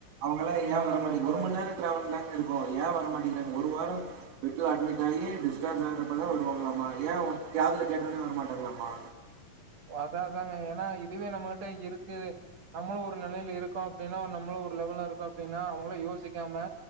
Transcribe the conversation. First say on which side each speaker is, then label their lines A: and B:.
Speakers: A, on the right; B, on the right.
A: அவங்கல்லா
B: உண்மதாங்க,
A: ஏ வர மாட்டேக்
B: உண்மதாங்க.
A: ஒரு மண் நேரோ டிராவல் தாங்க இருக்கு ஏ வர மாட்டேங்றாங்க ஒரு வாரோ பெட்ல அட்மிட் ஆகி டிஸ்ஜார்ஜ் ஆகுறப்பதா வருவாங்கலாமா ஏ காதுல கேட்டோனே வர மாட்டாங்லாமா
B: ஒ அதா அதாங்க ஏன்னா இதுவே நம்மட்ட இருக்குது நம்மளு ஒரு நெலையில இருக்கோ அப்டின்னா நம்மளு ஒரு லெவல்ல இருக்கோ அப்டின்னா அவுங்களு யோசிக்காம